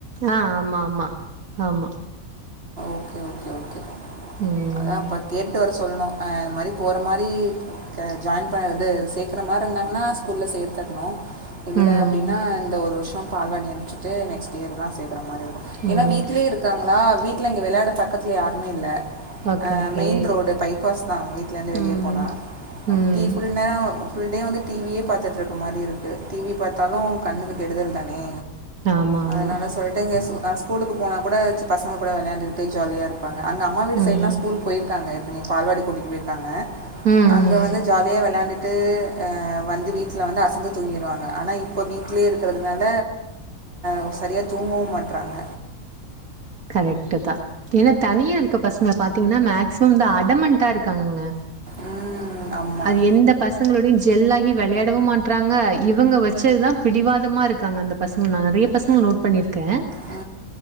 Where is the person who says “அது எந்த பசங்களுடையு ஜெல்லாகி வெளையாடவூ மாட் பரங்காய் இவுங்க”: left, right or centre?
Right